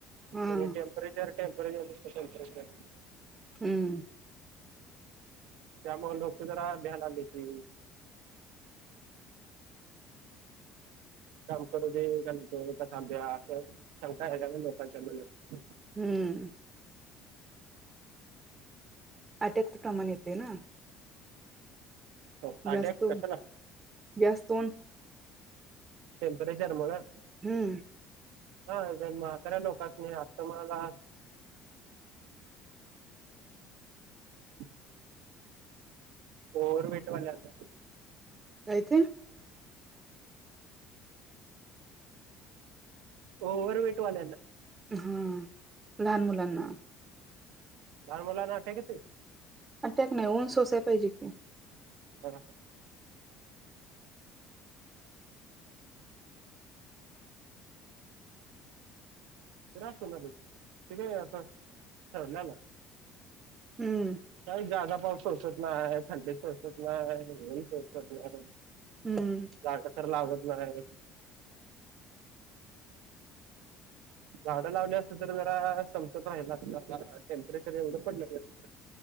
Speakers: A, on the right; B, on the right.
A: हा
B: पण हे टेंपरेचर पण टेंप बर <unintelligible>
A: हम्म
B: त्यामुळ लोक जरा भ्यायलाली ती काम करू दे त्यांच तो कसा द्या असं शंका आहे का ना लोकांच्या मनात
A: हम्म अट्याकचं प्रमाण येते ना.
B: हो अट्याक
A: जास्त
B: कशाला
A: जास्त ऊन
B: टेंपरेचर मुळे?
A: हम्म
B: हा जन मग कऱ्या लोकांसनी असतं मला <unintelligible> बोरमिट वाल्याचा
A: काय ते?
B: ओवर वेट वाल्यांना.
A: हा लहान मुलांना.
B: लहान मुलांना अट्याक येतोय?
A: अटॅक नाही ऊन सोसाय पाहिजे की.
B: ह ह कोण असणारच ते काय आता ठरलेला आहे.
A: हम्म
B: काही जादा पाऊस त नाही आहे थंडी सोसत नाही ऊन सोसत नाही.
A: हम्म
B: झाड तर लागत नाही. झाडं लावली असत तर जरा संतत राहिला असतं टेम्परेचर एवढं पडले असत.